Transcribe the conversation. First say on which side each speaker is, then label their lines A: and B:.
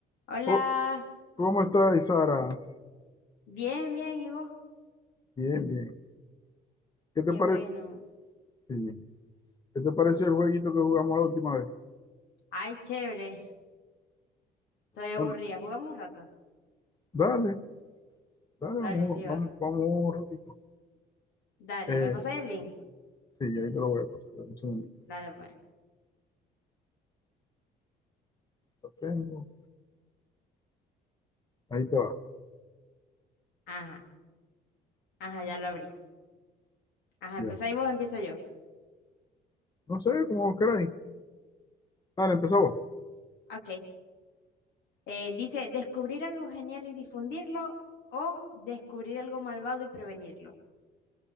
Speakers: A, on the left; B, on the left.
A: Hola,
B: Oh, ¿cómo estás, Sara?
A: bien, bien, ¿y vos?
B: Bien, bien. ¿Qué te
A: Qué
B: parece?
A: bueno.
B: ¿Qué te pareció el jueguito que jugamos la última vez?
A: Ay, chévere. Estoy aburrida.
B: Bueno,
A: Jugamos un rato.
B: dale, dale,
A: Dale,
B: vamos,
A: sí
B: vamos,
A: va.
B: vamos un ratito.
A: Dale,
B: Eh,
A: ¿me pasáis el link?
B: sí, ahí te lo voy a pasar. dame Un segundito.
A: Dale, pues.
B: Lo tengo. Ahí te va.
A: Ajá, ajá, ya lo abrí. Ajá,
B: Ya.
A: empezáis vos, empiezo yo.
B: No sé, como vos queráis. Dale, empezá vos.
A: Ok. Eh, dice, descubrir algo genial y difundirlo o descubrir algo malvado y prevenirlo.